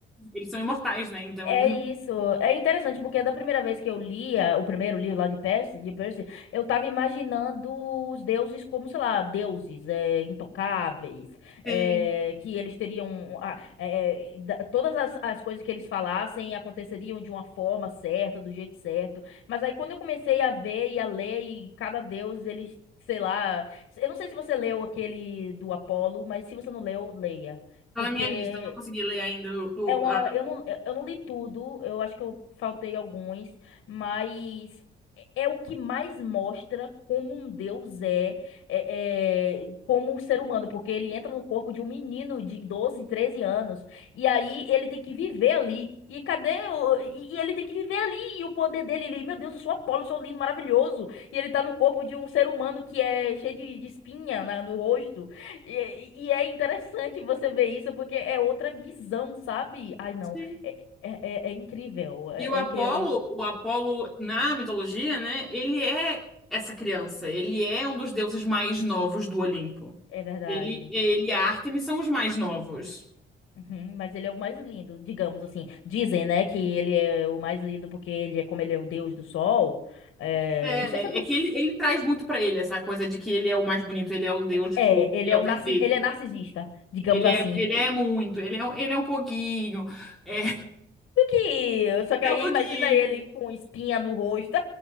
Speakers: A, in the centre; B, on the left.
A: eles são imortais, né? Então
B: É
A: eles não
B: isso. É interessante, porque da primeira vez que eu lia o primeiro livro lá de Percy, de Percy, eu tava imaginando os deuses como, sei lá, deuses é, intocáveis,
A: têm.
B: é, que eles teriam. ah, é, é, da- todas as, as coisas que eles falassem aconteceriam de uma forma certa, do jeito certo. Mas aí quando eu comecei a ver e a ler, e cada deus, eles, sei lá. Eu não sei se você leu aquele do Apolo, mas se você não leu, leia.
A: Tá
B: Porque
A: na minha lista, eu não consegui ler ainda. o- o-
B: é uma,
A: a-
B: eu não, eu não li tudo, eu acho que eu faltei alguns, mas é é o que mais mostra como um deus é, é, é, como um ser humano, porque ele entra no corpo de um menino de 12 13 anos, e aí ele tem que viver ali. E cadê o, e, e ele tem que viver ali, e o poder dele, ele, meu Deus, eu sou Apolo, eu sou lindo, maravilhoso, e ele tá no corpo de um ser humano que é cheio de, de espinha na- no rosto. E, e é interessante você ver isso, porque é outra visão, sabe? Ai, não.
A: Sim.
B: É, é, é- é incrível. É,
A: E o Apolo,
B: é incrível.
A: o Apolo na mitologia, né? Ele é essa criança. Ele é um dos deuses mais novos do Olimpo.
B: É verdade.
A: Ele, ele e a Ártemis são os mais novos.
B: Uhum, mas ele é o mais lindo, digamos assim. Dizem, né, que ele é o mais lindo porque ele é, como ele é o deus do sol. é,
A: É, é
B: não sei se é dos.
A: é que ele, ele traz muito pra ele essa coisa de que ele é o mais bonito, ele é o deus de
B: É,
A: tudo, ele
B: ele é
A: é o
B: o
A: perfeito.
B: narci... ele é narcisista, digamos
A: Ele
B: assim.
A: é, ele é
B: <laughs>
A: muito, ele é, ele é um pouquinho. É, <laughs>
B: Porque, só que
A: é
B: aí
A: um pouquinho.
B: imagina ele com espinha no rosto.